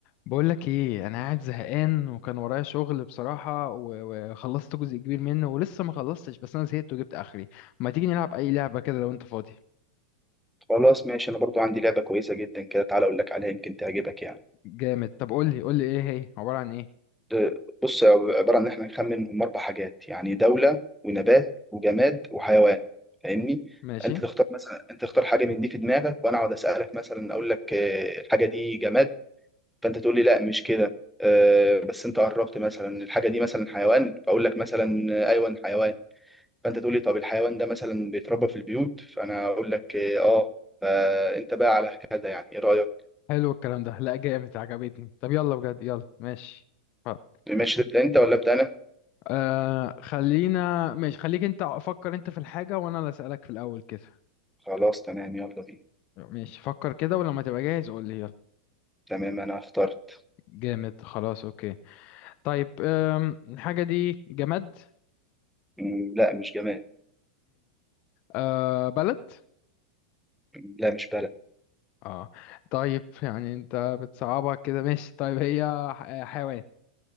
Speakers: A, on the left; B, in the centre.
A: بقولك ايه انا قاعد زهقان وكان ورايا شغل بصراحة و- وخلصت جزء كبير منه ولسه ما خلصتش بس انا زهقت وجبت اخري ما تيجي نلعب اي لعبة كده لو انت فاضي
B: خلاص ماشي انا برضو عندي لعبه كويسه جدا كده تعالى اقول لك عليها يمكن تعجبك يعني
A: جامد طب قولي قولي ايه هي عبارة عن ايه
B: أه، بص عباره عن ان احنا نخمن من اربع حاجات يعني دوله ونبات وجماد وحيوان فاهمني
A: ماشي
B: انت تختار مثلا انت تختار حاجه من دي في دماغك وانا اقعد اسالك مثلا اقول لك أه، الحاجه دي جماد فانت تقول لي لا مش كده أه، بس انت قربت مثلا الحاجه دي مثلا حيوان فاقول لك مثلا أه، ايوه حيوان فانت تقول لي طب الحيوان ده مثلا بيتربى في البيوت فانا اقول لك اه آه، فانت بقى على كده يعني ايه رايك
A: حلو الكلام ده لا جامد عجبتني طب يلا بجد يلا ماشي خلاص.
B: الماتش ده بتاع انت ولا بتاع انا
A: آه خلينا ماشي خليك انت فكر انت في الحاجة وانا اللي اسألك في الاول كده
B: خلاص تمام يلا بينا
A: ماشي فكر كده ولما تبقى جاهز قول لي يلا
B: تمام انا اخترت
A: جامد خلاص اوكي طيب آم، الحاجة دي جماد
B: مم، لا مش جماد
A: آه بلد
B: مم، لا مش بلد
A: اه طيب يعني انت بتصعبها كده ماشي طيب هي ح- آه، حيوان